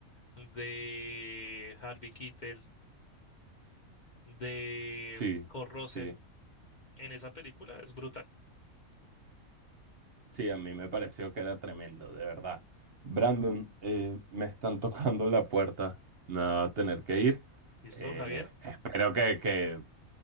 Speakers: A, on the left; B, on the right.
A: de Harvey Keitel, de
B: sí,
A: Kurt Russell
B: sí.
A: en esa película. Es brutal.
B: Sí, a mí me pareció que era tremendo, de verdad. Brandon, eh, me están <laughs> tocando la puerta. Me va a tener que ir.
A: ¿Listo,
B: Eh,
A: Javier?
B: espero que, que